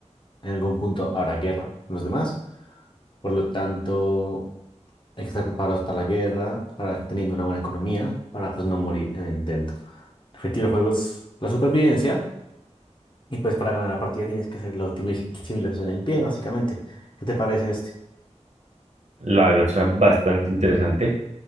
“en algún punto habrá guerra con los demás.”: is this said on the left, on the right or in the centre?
Left